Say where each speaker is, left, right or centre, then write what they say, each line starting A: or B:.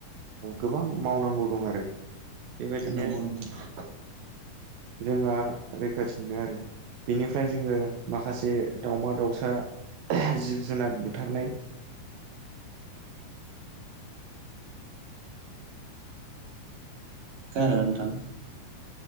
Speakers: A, on the right; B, on the right.
A: गोबां मावनांगौ दं आरो बेबायदिनो
B: नंगौ नोंथां
A: जोंहा रैखाथि मोनो आरो बेनिफ्राय जोङो माखासे दाावमा दाावसा जिब जुनार बुथारनाय
B: खोनादों नोंथां